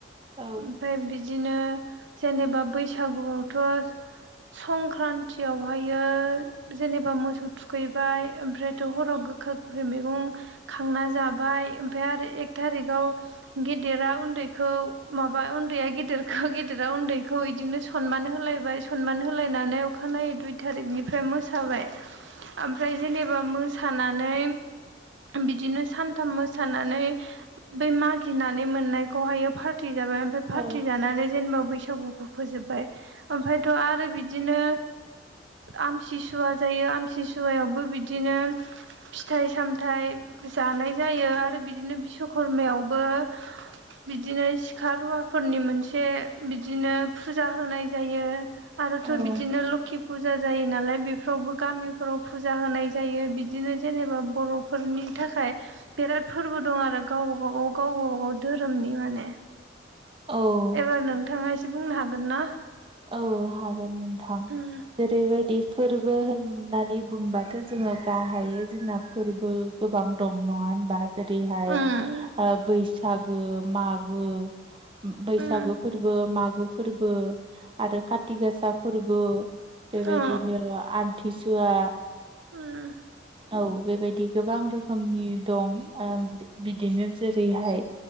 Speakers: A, on the right (about 25°); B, on the right (about 70°).
A: औ
B: ओमफ्राय बिदिनो जेनेबा बैसागुआवथ' संक्रान्तियावहायो जेनेबा मोसौ थुखैबाय ओमफ्रायथ' हराव गोखा गोखै मैगं खांना जाबाय ओमफय आरो एक थारिकाव गेदेरा उनदैखौ माबा उन्दैया गेदेरखौ गेदेरा उन्दैखौ इदिनो सनमान होलायबाय सनमान होलायनानै अखानायै नायै दुइ थारिखनिफ्राय मोसाबाय ओमफ्राय जेनेबा मोसानानै
A: <inaudible>
B: बिदिनो सानथाम मोसानानै बै मागिनानै मोननायखौहायो फा रटि जाबाय ओमफ्राय पार्टि
A: औ
B: जेनेबा बैसाग बैसागुखौ फोजोबबाय ओमफ्रायथ' आरो बिदिनो आमसिसुवा जायो गमसिसुवायावबो बिदिनो फिथाइ सामथाइ जानाय जायो आरो बिदिनो बिदिनो बिश्वकर्मायावबो बिदिनो सिखा रुवाफोरनि मोनसे बिदिनो फुजा होनाय जायो आरोथ'
A: औ
B: बिदिनो लकि फुजा जायो नालाय बेफोरावबो गामिफोराव फुजा होनाय जायो बिदिनो जेनेबा बर'फोरनि थाखाय बिराद फोरबो दं आरो गाव गावबागाव गाव गावबागाव धोरोमनि माने
A: औ
B: एबार नोंथाङा एसे बुंनो हागोन ना
A: औ हागोन नोंथां
B: उम
A: जेरैबायदि फोरबो होननानै बुंबाथ' जोङो गाहाइयै जोंना फोरबो गोबां दं नङा होनबा जेरैहाय
B: उम
A: ओ बैसागो मागो बैसागो
B: उम
A: फोरबो मागो फोरबो आरो काति गासा फोरबो बेबायदिनो
B: अ
A: आमथिसुवा
B: उम
A: औ बेबायदि गोबां रोखोमनि दं ओ बिदिनो जेरैहाय